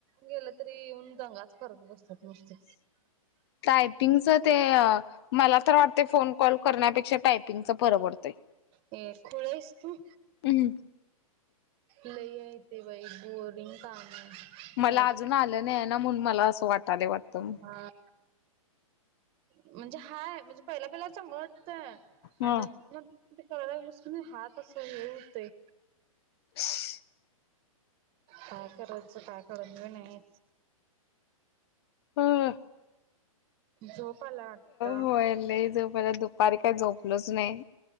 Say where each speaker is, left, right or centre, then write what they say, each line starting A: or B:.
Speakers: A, on the right; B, on the left.
A: गेलं. तरी उऊन दगाच करत बसतात नस्त.
B: टायपिंगच ते मला तर वाटतय फोन कॉल करण्यापेक्षा टायपिंगच परवडतंय.
A: हे खुळ आहेस तू.
B: हम्.
A: ल आहेथे बाई बोरिंग काम आहे.
B: मला
A: काय
B: अजून आलं नाही ना म्हणून मला असं वाटाले वाटतं.
A: हा. म्हणजे हाय म्हणजे पहिला पहिल्याच मत आहे आणि
B: हा.
A: नंतर न. ते करायला बसून हात असं हे होतय.
B: <inaudible>
A: काय करायच का कत नाही.
B: ह
A: झोपाला वाटत.
B: होय लय झोपायला दुपारी काय झोपलोच नाही.